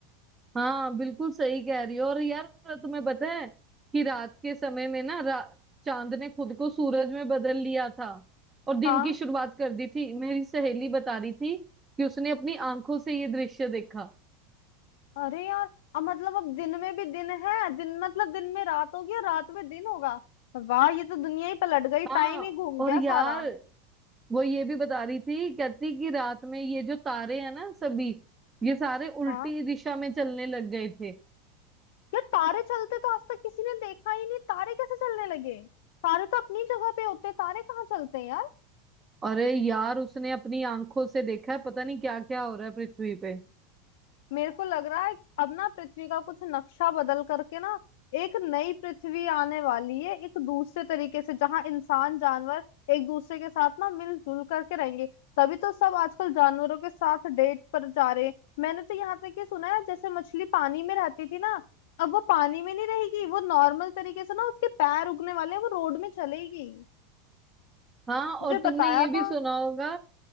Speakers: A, on the right; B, on the left.
A: हाँ बिल्कुल सही कह रही हो और यार तुम्हें पता है कि रात के समय में ना रा- चांद ने खुद को सूरज में बदल लिया था और दिन
B: हाँ
A: की शुरुआत कर दी थी मेरी सहेली बता रही थी कि उसने अपनी आंखों से ये दृश्य देखा
B: अरे यार अब मतलब अब दिन में भी दिन है दिन मतलब दिन में रात हो गया रात में दिन होगा वाह ये तो दुनिया ही पलट गई
A: हाँ
B: टाइम ही घूम
A: और
B: गया
A: यार
B: सारा
A: वो ये भी बता रही थी कहती कि रात में ये जो तारे हैं ना सभी ये सारे उल्टी
B: हाँ
A: दिशा में चलने लग गए थे
B: यार तारे चलते तो आज तक किसी ने देखा ही नहीं तारे कैसे चलने लगे तारे तो अपनी जगह पे होते हैं तारे कहाँ चलते हैं यार
A: अरे यार उसने अपनी आंखों से देखा है पता नहीं क्या क्या हो रहा है पृथ्वी पे
B: मेरे को लग रहा है अब ना पृथ्वी का कुछ नक्शा बदल करके ना एक नई पृथ्वी आने वाली है एक दूसरे तरीके से जहाँ इंसान जानवर एक दूसरे के साथ ना मिलजुल करके रहेंगे तभी तो सब आजकल जानवरों के साथ डेट पर जा रहे हैं मैंने तो यहाँ तक ये सुना है जैसे मछली पानी में रहती थी ना अब वो पानी में नहीं रहेगी वो नॉर्मल तरीके से ना उसके पैर उगने वाले हैं, वो रोड में चलेगी
A: हाँ और
B: मुझे
A: तुमने
B: बताया
A: ये भी
B: था
A: सुना होगा